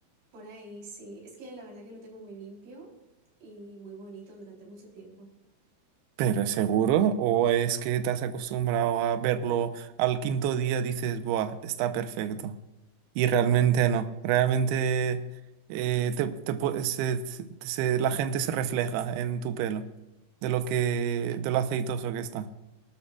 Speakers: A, on the right; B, on the right.
A: Por ahí sí. Es que la verdad que lo tengo muy limpio y muy bonito durante mucho tiempo.
B: ¿Pero es seguro? ¿O es que te has acostumbrado a verlo al quinto día dices, buah, está perfecto? Y realmente no, realmente eh, te- te pu- se- se- se- la gente se refleja en tu pelo, de lo que, de lo aceitoso que está.